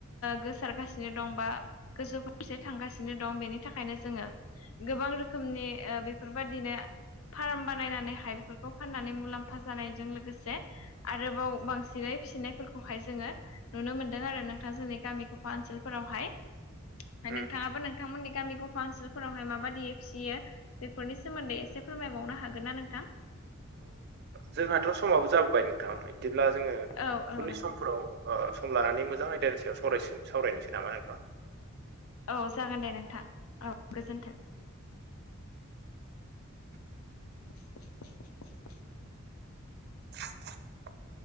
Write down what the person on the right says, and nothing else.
उम
जोंहाथ' समाबो जाबोबाय नोंथां बिदिब्ला जोङो
उननि
समफोराव ओ सम लानानै मोजां आयदानि सायाव सावरायन सावरायनोसै नामा आोंथां।
<unintelligible>